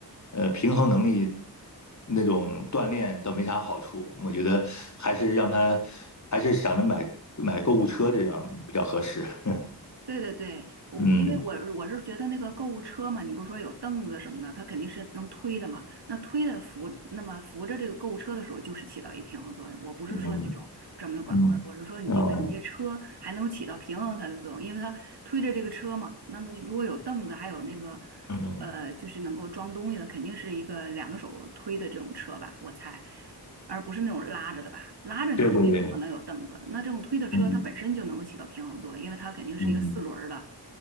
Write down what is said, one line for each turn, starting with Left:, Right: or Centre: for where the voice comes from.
Left: 呃平衡能力那种锻炼倒没啥好处。我觉得还是让他还是想着买买购物车这样比较合适。<laughs>
Right: 对对对，我因为我我是觉得那个购物车嘛，
Left: 嗯
Right: 你不是说有凳子什么的，它肯定是能推的嘛。那推的扶，那么扶着这个购物车的时候，就是起到一个平衡作用。我不是说那种专门的管棍儿，
Left: 嗯嗯
Right: 我是说你这个你这车还能起到平衡它的作用，
Left: 啊
Right: 因为它推着这个车嘛。那么如果有凳子，还有那个
Left: 嗯，
Right: 呃，就是能够装东西的，肯定是一个两个手推的这种车吧，我猜。而不是那种拉着的吧，拉着那种没可能有凳子。
Left: 对对对，
Right: 那这种推的车，
Left: 嗯
Right: 它本身就能够起到平衡作用，因为它肯定是一个四轮儿的
Left: 嗯